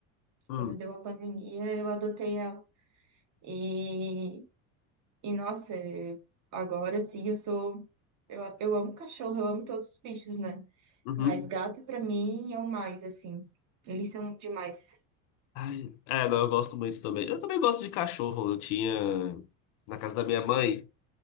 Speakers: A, on the left; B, on the right.
A: uhum,
B: Quando deu a pandemia, eu adotei ela. E, e nossa, eu- agora sim eu sou. Eu, eu amo cachorro, eu amo todos os bichos, né?
A: uhum.
B: Mas gato pra mim é o mais, assim. Eles são demais.
A: Ai, é, não, eu gosto muito também. Eu também gosto de cachorro, eu tinha na casa da minha mãe.